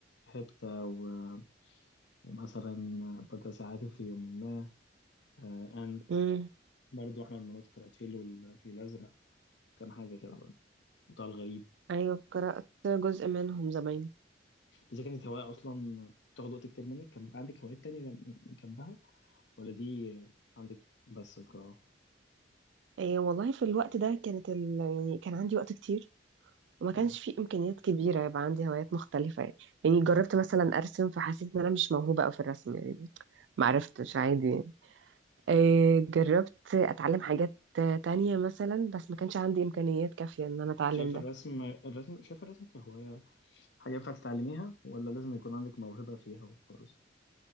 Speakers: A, on the left; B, on the right.
A: هيبتا و- ومثلا بدر ساعات في يوم ما آه، أنت
B: امم
A: برضه أحمد مراد كاراتيل والفيل الأزرق كام حاجة كده برضه وطه الغريب
B: أيوة قرأت جزء منهم زمان
A: إذا كانت هواية أصلا بتاخد وقت كتير منك كان عندك هوايات تانية جم- جنبها ولا دي عندك بس القراءة؟
B: إيه والله في الوقت ده كانت ال... يعني كان عندي وقت كتير وما
A: مم.
B: كانش فيه إمكانيات كبيرة يبقى عندي هوايات مختلفة يعني يعني جربت مثلا أرسم فحسيت إن أنا مش موهوبة أوي في الرسم يعني معرفتش عادي آه، جربت اتعلم حاجات آه، تانية مثلا بس ما كانش عندي امكانيات كافية ان انا اتعلم
A: شايف
B: ده
A: الرسم الرسم شايف الرسم كهواية حاجة ينفع تتعلميها ولا لازم يكون عندك موهبة فيها وخلاص؟